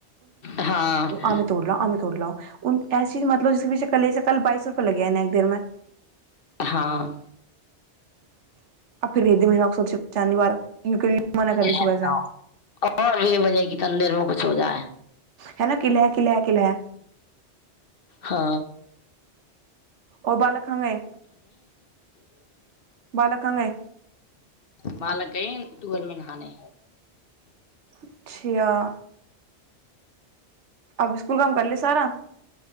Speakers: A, on the left (about 55°); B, on the right (about 85°).
A: हाँ
B: आदमी तोर लाउ आमी तोर लाउ ऐसी <unintelligible> फुलगे ने एक देरमे
A: हाँ
B: <unintelligible> यूं मना कर
A: <unintelligible>
B: रही सुबह से
A: सो जा
B: है ना किला है किला है किला है
A: ह
B: ओ बालक कहाँ गए बालक कहाँ गए
A: बालक केन टूअेलमे नहाने
B: अच्छा अब स्कूल काम कर ली सारा